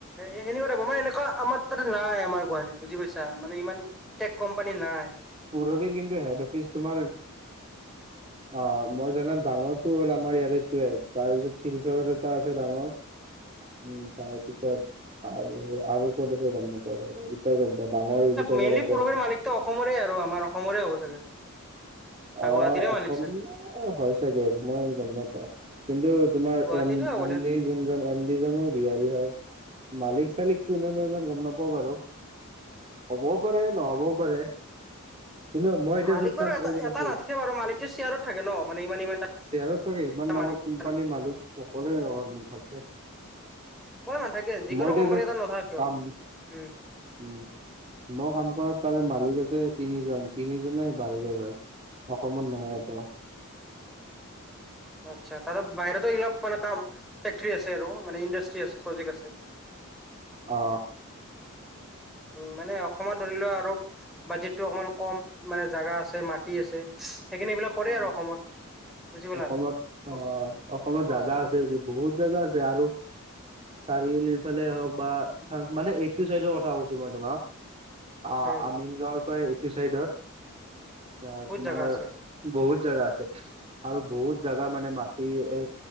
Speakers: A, in the centre; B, on the right.
A: এ'সেনেকুৱা মানে এনেকুৱা আমাৰ তাতে নাই আমাৰ গুৱাহাটীত বুজি পাইছ মানে ইমান টেক কোম্পানী নাই।
B: পৰবীৰ কিন্তু হেড অফিচ তোমাৰ। অ' মই জানাম ডাঙৰটো হ'ল আমাৰ ইয়াৰেটোৱে তাৰপিছত শিলচৰৰ এটা আছে ডাঙৰ। উম, তাৰ পিছত আৰু আৰু ক'ত আছে গম নাপাওঁ বাৰু ইটাই গম পাওঁ ডাঙৰ। এইকেইটা
A: মেইনলি
B: জেগাতে
A: পৰহীৰ
B: আছে
A: মালিকতটো অসমৰে আৰু আমাৰ অসমৰে হ'ব চাগে।
B: অ'
A: গুৱাহাটীৰে
B: অসমীয়া
A: মালিক চাগে
B: হয় চাগে মই গম নাপাও কিন্তু। তোমাৰ
A: গুৱাহাটীৰে
B: এম
A: হ'ব
B: এম
A: দিয়া
B: ডি যোনজন, এম ডি জনো। বিহাৰী হয়, মালিক চালিক কোন হয় মই ইমান গম নাপাও বাৰু। হ'বও পাৰে নহ'বও পাৰে। কিন্তু মই এতিয়া
A: মালিক
B: যত
A: বাৰু
B: কাম
A: এটা
B: কৰি
A: এটা
B: আছো।
A: নাথাকে বাৰু মালিকটো শ্বেয়াৰত থাকে ন মানে ইমান ইমান
B: শ্বেয়াৰত থাকে ইমান ডাঙৰ
A: মালিক
B: কোম্পানীৰ মালিক।
A: অ
B: অকলে অ থাক <unintelligible>
A: কোনো নাথাকে যিকোনো
B: মই এতিয়া
A: কোম্পানী
B: যাম
A: এটাত নাথাকে কিয়
B: কাম।
A: উম
B: উম, মই কাম কৰ তাৰে মালিক আছে তিনিজন, তিনিজনে বাহিৰত হয়। অসমত নোৱাই আক।
A: আচ্ছা তাতে বাহিৰতো এইলপ মানে কাম ফেকটৰী আছে আৰু মানে ইণ্ডাষ্ট্ৰি আছে প্ৰজেক্ট আছে।
B: অ।
A: উম মানে অসমত ধৰি লোৱা আৰু বাজেটতটো অকমান কম মানে জাগা আছে মাটি আছে। সেইকাৰণে এইবিলাক কৰে
B: অ',
A: আৰু অসমত। বুজি পালা
B: অসমত অ
A: অস
B: অসমত
A: অস
B: জাগা
A: অস
B: আছে <inaudible> বহুত জাগা আছে আৰু। চাৰিআলিৰফালে হওক বা মানে এইটো চাইডৰ কথা কৈছো মই তোমাক। অ
A: উম
B: আমিন গাঁৱৰ পৰা এইটো চাইডত। আ
A: বহুত
B: তোমাৰ
A: জাগা আছে
B: বহুত জাগা আছে। আৰু বহুত
A: উম
B: জাগা মানে মাটি এ।